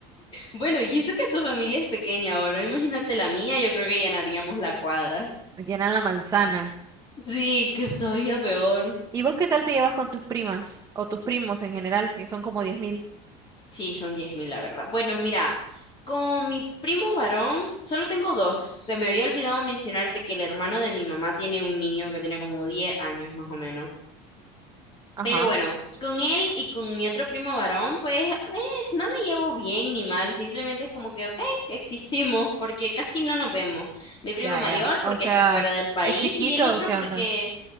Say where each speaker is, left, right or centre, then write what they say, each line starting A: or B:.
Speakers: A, on the left; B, on the right.
A: Bueno, y eso que tu familia es pequeña ahora, imagínate la mía, yo creo que llenaríamos la cuadra.
B: <laughs> llenan la manzana.
A: Sí, que todavía peor.
B: ¿Y vos qué tal te llevas con tus primas o tus primos en general, que son como diez mil,
A: Sí, son 10.000 la verdad. Bueno, mira, con mi primo varón solo tengo dos. Se me había olvidado mencionarte que el hermano de mi mamá tiene un niño que tiene como 10 años más o menos.
B: Ajá,
A: Pero bueno, con él y con mi otro primo varón, pues eh, no me llevo bien ni mal, simplemente es como que, ok, existimos porque casi no nos vemos. Mi primo
B: ya,
A: mayor
B: ya. O
A: porque
B: sea,
A: está fuera del país
B: ¿es chiquito
A: y el otro
B: o qué
A: porque,
B: onda?